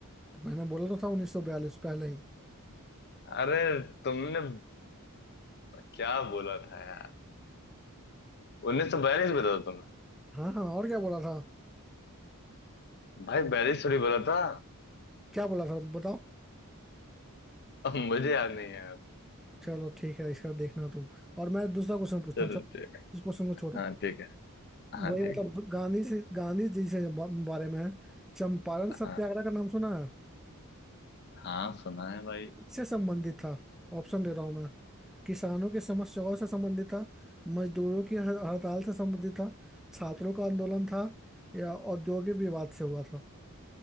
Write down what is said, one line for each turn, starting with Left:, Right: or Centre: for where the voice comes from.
Centre: तो मैंने बोला तो था उन्नीस सौ बयालीस पहले ही
Left: अरे तुमने क्या बोला था यार उन्नीस सौ बयालीस बोला था तुमने
Centre: हाँ हाँ और क्या बोला था
Left: भाई बयालीस थोड़ी बोला था
Centre: क्या बोला था बताओ
Left: अब मुझे याद नहीं है यार
Centre: चलो ठीक है इसका देखना तुम और मैं दूसरा क्वेश्चन पूछता
Left: चलो
Centre: हूँ चलो
Left: ठीक है
Centre: इस क्वेश्चन को छोड़ो
Left: हाँ ठीक है हाँ
Centre: वही
Left: ठीक
Centre: मतलब
Left: है
Centre: गांधी से गांधी जी से बा- बारे में है। चंपारण
Left: हाँ
Centre: सत्याग्रह का नाम सुना है
Left: हाँ सुना है भाई
Centre: किससे संबंधित था ऑप्शन दे रहा हूँ मैं किसानों की समस्याओं से संबंधित था मजदूरों की ह- हड़ताल से संबंधित था छात्रों का आंदोलन था या औद्योगिक विवाद से हुआ था